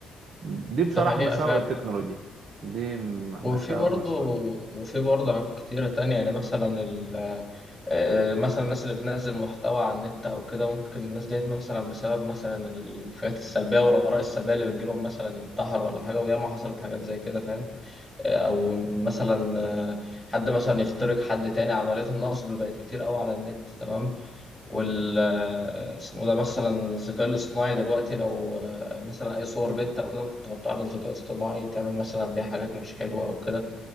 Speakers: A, on the right; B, in the centre.
A: دي بصراحة
B: ده حقيقه
A: مساوئ
B: فعلا
A: التكنولوجيا دي م-
B: وفي
A: مساوئ
B: برضه
A: مساوئ
B: وفي برضه عوامل كتيرة تانية يعني مثلا ال آه، مثلا الناس اللي بتنزل محتوى على النت أو كده ممكن الناس ديت مثلا بسبب مثلا الحاجات السلبية والآراء السلبية اللي بتجيلهم مثلا انتحر ولا حاجة وياما حصلت حاجات زي كده فاهم آه، أو مثلا آه، حد مثلا يخترق حد تاني عمليات النصب بقت كتير قوي على النت تمام وال آه، اسمه ده مثلا الذكاء الاصطناعي دلوقتي لو آه، مثلا أي صور بنت أو كده ممكن تحطها على الذكاء الاصطناعي تعمل مثلا بيها حاجات مش حلوة أو كده